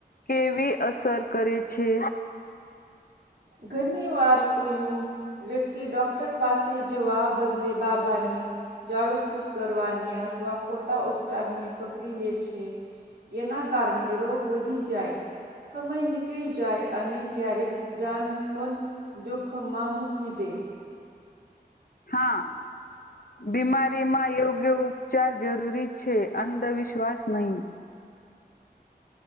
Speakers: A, on the left; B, on the right.
A: કેવી અસર કરે છે
B: ઘનવાર કોયોું વ્યક્તિ ડોક્ટર પાસે જવા બદલે બાબાને જાઝાડું ફૂક કરવાને અથવા ખોટા ઉપચારને પકડી લે છે એના કારણે રોગ વધી જાય સમય નીકળી જાય અને ક્યારેક જાનપન જોખ મામું કી દે
A: હા બીમારીમાં યોગ્ય ઉપચાર જરૂરી છે અંધવિશ્વાસ નહીં.